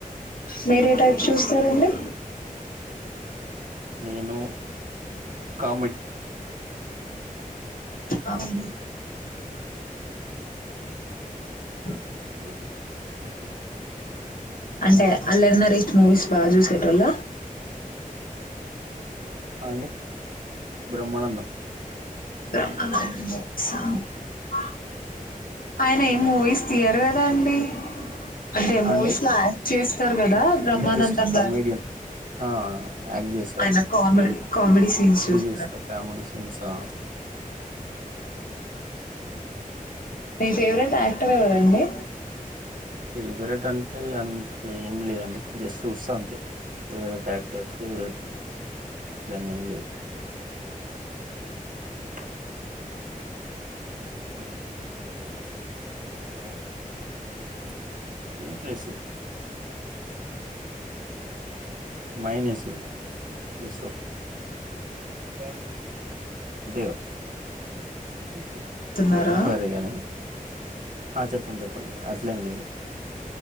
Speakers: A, on the left; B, on the right.
A: మీరే టైప్ చూస్తారండి
B: నిను కామెడీ
A: అవున హయ్యి
B: మూవీ
A: అంటే అల్లరి నరేష్ మూవిస్ బాగా చూసేటొల్ల
B: హా బ్రహ్మానందం
A: బస <inaudible> పొనీ మూవీస్ తీయ్యరుగా రండీ అంటే
B: హా
A: మూవీస్
B: అండి
A: లా చేస్ వస్తారు కదా బ్రహ్మానందం
B: అంటే జస్ట్ కమెడియన్
A: గారు
B: హా యాక్ట్ చేస్తారు
A: ఆయన కామెడీ కామెడీ సీన్స్ చూస్తార
B: చూస్తా కామెడీ సీన్స్ ఆ
A: మీ ఫేవరెట్ యాక్టర్ ఎవరండి
B: ఫేవరెట్ అంటే అట్ల ఏం లేదండి జస్ట్ చూస్త అంతే ఫవరెట్ యాక్ట్ తెలుసు బ్రూ అట్లనే ఏం లేదు <inaudible> ఇది మైనస్ ఇది మైనస్ ఇది మైనస్ రెండు ఇది ప్లస్ మైనెస్ ప్లస్ అంతే కదా మీ
A: అంటున్నారా
B: బరాబరీగానీ ఆ చెప్పండి చెప్పండి ఇక అట్లేం లేదు